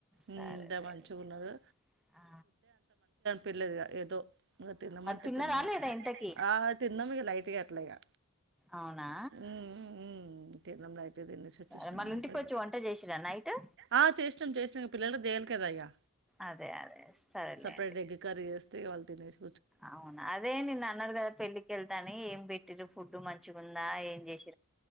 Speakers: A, in the centre; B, on the right.
A: సరే
B: ఉమ్, ఇద్దరు
A: లేదు
B: మంచిగా ఉన్నారు
A: స ఆ
B: పిల్లెద్ గా ఏదో ఇగ తిన్నమంటే
A: తిన్నరా
B: తిన్నం
A: లేదా ఇంతకి
B: ఆ తిన్నాం ఇగ లైట్ గా అట్లే ఇగ
A: అవునా
B: హ్మ్ తిన్నాం లైట్ గా తినేసి వచ్చేసినం
A: సరే మళ్ళీ
B: మేమిక్కడికి
A: ఇంటికి వచ్చి వంట చేసిరా నైట్
B: ఆ చేసినం చేసి ఇగ పిల్లలు దేల్ కదయ్యా
A: అదే అదే సరెలే
B: బెండకాయ్ కర్రీ చేస్ ఇగ వాల్ తినేస్
A: అవునా అదేంది నిన్న అన్నడు గదా పెళ్ళికి వెళ్తా అనీ ఏం పెట్టిర్రు ఫుడ్డు మంచిగుందా ఏం చేసి